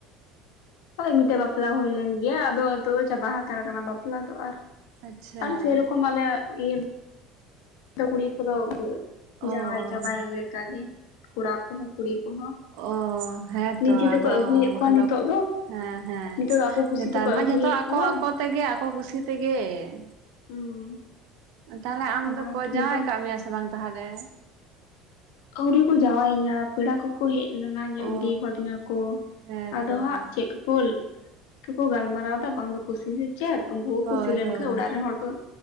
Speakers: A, on the left; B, on the right.
A: ᱦᱳᱭ ᱢᱤᱫᱴᱮᱡ ᱵᱟᱯᱞᱟ ᱦᱳᱭᱞᱮᱱ ᱜᱮ ᱟᱫᱚ ᱱᱤᱛᱚᱜ ᱪᱟᱵᱟ ᱦᱟᱛᱟᱲ ᱠᱟᱱᱟ ᱵᱟᱯᱞᱟ ᱫᱚ ᱟᱨ ᱼᱼ
B: ᱟᱪᱪᱷᱟ
A: ᱟᱨ ᱥᱮᱨᱚᱠᱚᱢ ᱟᱞᱮ ᱤᱭᱟᱹ ᱼᱼ ᱟᱫᱚ ᱠᱩᱲᱤ ᱠᱚ ᱫᱚ
B: ᱚ
A: ᱡᱟᱶᱟᱭ ᱪᱟᱵᱟᱭᱮᱱ
B: ᱚ
A: ᱞᱮᱠᱟᱜ ᱜᱮ ᱠᱚᱲᱟ ᱠᱚᱦᱚᱸ ᱠᱩᱲᱤ ᱠᱚᱦᱚᱸ।
B: ᱚ ᱦᱮᱸᱛᱚ
A: ᱱᱤᱡᱮ ᱛᱮᱠᱚ
B: ᱟᱫᱚ
A: ᱟᱹᱜᱩᱭᱮᱫ
B: ᱵᱟᱠᱷᱟᱱ
A: ᱠᱚᱣᱟ ᱱᱤᱛᱚᱜ
B: ᱫᱚ ᱦᱮᱸ ᱦᱮᱸ।
A: ᱱᱤᱛᱚᱜ ᱫᱚ ᱟᱠᱚ ᱠᱩᱥᱤ
B: ᱱᱮᱛᱟᱨ
A: ᱛᱮᱠᱚ
B: ᱢᱟ
A: ᱟᱹᱜᱩᱭᱮᱫ
B: ᱡᱷᱚᱛᱚ ᱟᱠᱚ
A: ᱠᱚᱣᱟ
B: ᱟᱠᱚ ᱛᱮᱜᱮ ᱟᱠᱚ ᱠᱩᱥᱤ ᱛᱮᱜᱮ ᱼᱼ
A: ᱦᱩᱸ
B: ᱛᱟᱦᱚᱞᱮ ᱟᱢ
A: ᱚᱱᱟ
B: ᱫᱚᱠᱚ
A: ᱛᱮᱜᱮ
B: ᱡᱟᱶᱟᱭ
A: ᱛᱚ
B: ᱠᱟᱜ ᱢᱮᱭᱟ ᱥᱮ ᱵᱟᱝ ᱛᱟᱦᱚᱞᱮ?
A: ᱟᱣᱨᱤ ᱠᱚ ᱡᱟᱣᱟᱭᱤᱧᱟ। ᱯᱮᱲᱟ ᱠᱚᱠᱚ ᱦᱮᱡ ᱞᱮᱱᱟ ᱧᱮᱞ
B: ᱚ
A: ᱤᱫᱤ ᱠᱟ. ᱫᱤᱧᱟᱹ ᱠᱚ᱾
B: ᱦᱮᱸᱛᱚ
A: ᱟᱫᱚ ᱦᱟᱸᱜ ᱪᱮᱫ ᱠᱚ ᱠᱚ ᱼᱼ ᱪᱤᱠᱟᱹ ᱠᱚ ᱜᱟᱞᱢᱟᱨᱟᱣᱟᱫᱟ ᱵᱟᱝ ᱫᱚ ᱠᱩᱥᱤ ᱥᱮ ᱪᱮᱫ ᱩᱱᱠᱩ ᱠᱚ
B: ᱦᱳᱭ
A: ᱠᱩᱥᱤ ᱞᱮᱱᱠᱟᱱ
B: ᱦᱳᱭ
A: ᱚᱲᱟᱜ ᱨᱮᱱ ᱦᱚᱲ ᱠᱚ ᱼᱼ